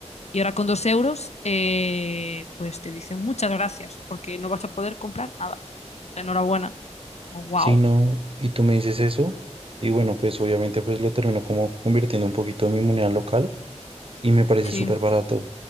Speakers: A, on the left; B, on the right.
A: Y ahora con dos euros, eh, pues te dicen muchas gracias, porque no vas a poder comprar nada. Enhorabuena. Como, wow.
B: Sí, no, y tú me dices eso. Y bueno, pues obviamente pues lo termino como convirtiendo un poquito en mi moneda local y me parece
A: Sí.
B: súper barato.